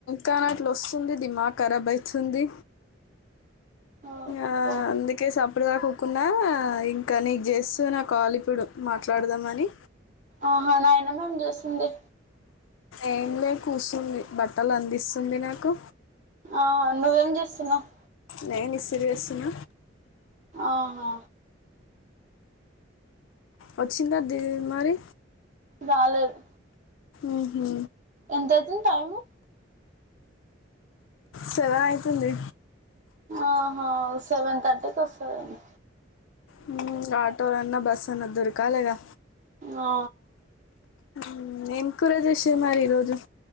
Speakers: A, on the left; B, on the right.
A: కానీ అట్లొస్సుంది డిమాఖరాబ్ అయితుంది.
B: ఓహో
A: ఆ అందుకే సప్పుడు కాకూకున్నా ఇంకా నీకు జేస్సున్న కాల్ ఇప్పుడు మాట్లాడదామని
B: ఆహా నైనంగాని జేస్తుంది
A: ఏం లే కూస్సుంది బట్టలందిస్తుంది నాకు
B: ఆ నువ్వేం చేస్తున్నావ్
A: నేను ఇస్తిరి జేస్తున్న
B: ఆహా
A: వచ్చిందా దివి మరి
B: రాలేద్
A: ఉహు
B: ఎంతైతుంది టైము
A: సెవనైతుంది
B: ఆహా సెవెన్ థర్టీకొస్తది ఏమో
A: హు ఆటో అన్నా బస్ అన్నా దొర్కాలెగా
B: ఆ
A: మ్ ఏం కూర జెషిర్ మరి ఈ రోజు